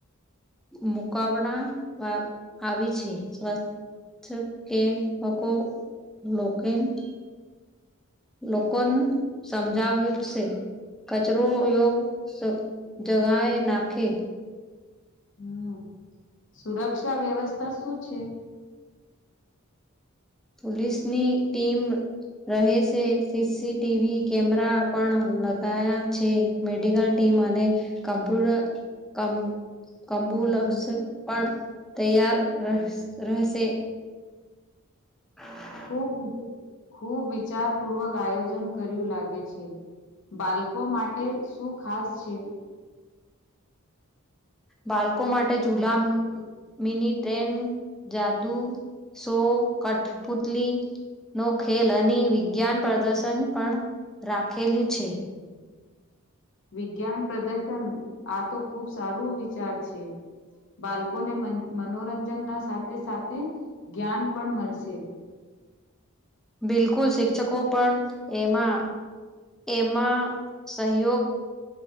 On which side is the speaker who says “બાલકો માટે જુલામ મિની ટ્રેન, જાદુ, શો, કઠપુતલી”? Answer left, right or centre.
Centre